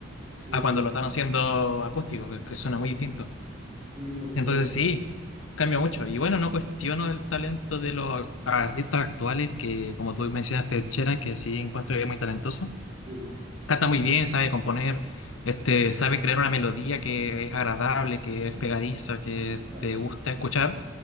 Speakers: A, on the right; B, on the left.
A: Sí,
B: a cuando
A: sí.
B: lo están haciendo acústico, que, que suena muy distinto.
A: Sí, por supuesto.
B: Entonces sí, cambia mucho. Y bueno, no cuestiono el talento de los artistas actuales, que como tú mencionaste, Cheran, que sí encuentro que es muy talentoso
A: Sí,
B: Canta muy bien, sabe componer, este, sabe crear una melodía que es agradable, que es pegadiza, que
A: claro.
B: te gusta escuchar,